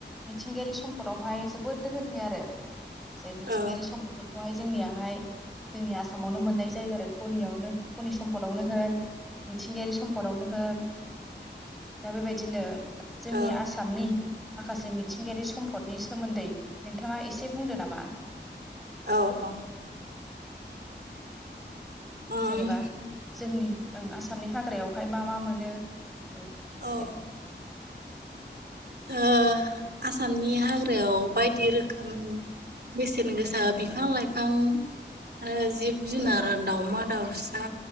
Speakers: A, in the centre; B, on the right.
A: मिथिंगायारि सम्पदावहाय जोबोद दोहोनि आरो। माखसे मिथिंगायारि
B: औ
A: सम्पफोरखौ। बेखौहाय जोंनियाहाय जोंनि आसामावनो मोननाय जायो आरो कनियावनो कनि सम्पदावनो होन। मिथिंगायारि सम्पदावनो होन दा बेबायदिनो। जोंनि
B: औ
A: आसामनि। माखासे मिथिंगायारि सम्फदनि सोमोन्दै नोंथाङा एसे बुंदो नामा।
B: औ औ।
A: <inaudible>
B: उम
A: जेनेबा जोंनि ओं आसामनि हाग्रायावहाय मा मा मोनो? औ
B: औ
A: दे औ
B: ओ आसामनि हाग्रायाव बायदि रोखोम बे बेसेन गोसा बिफां
A: ओं
B: लाइफां आरो जिब जुनार
A: औ
B: दाावमा दाउस सा